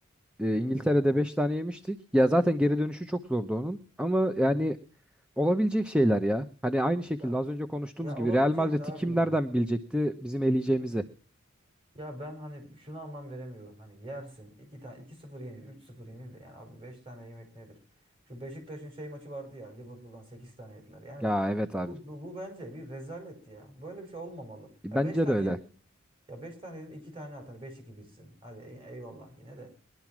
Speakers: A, in the centre; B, on the right (about 25°).
A: E,
B: Hmm.
A: İngiltere'de 5 tane yemiştik. Ya zaten geri dönüşü çok zordu onun. Ama yani
B: Hı hı.
A: Olabilecek şeyler ya. Hani aynı şekilde
B: Ya
A: az önce konuştuğumuz
B: ya
A: gibi
B: olabilecekti
A: Real Madrid'i
B: abi
A: kim
B: ya.
A: nereden bilecekti bizim eleyeceğimizi?
B: Hı hı. Ya ben hani şunu anlam veremiyorum. Hani yersin. iki tane iki sıfır yenil, üç sıfır yenil de yani abi 5 tane yemek nedir? Şu Beşiktaş'ın şey maçı vardı ya Liverpool'dan 8 tane yediler. Yani
A: Ya evet abi.
B: bu, bu, bu bence bir rezaletti ya. Böyle bir şey olmamalı.
A: E,
B: Ya
A: Bence
B: 5 tane
A: de öyle.
B: yedin. Ya beş tane yedin iki tane at. Hani 5 2 bitsin. Hadi ey- eyvallah yine de.